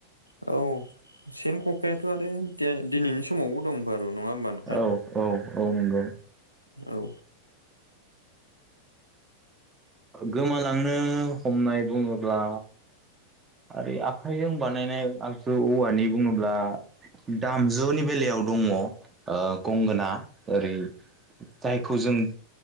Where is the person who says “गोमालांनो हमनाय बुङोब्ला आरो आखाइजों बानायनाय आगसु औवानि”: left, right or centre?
Right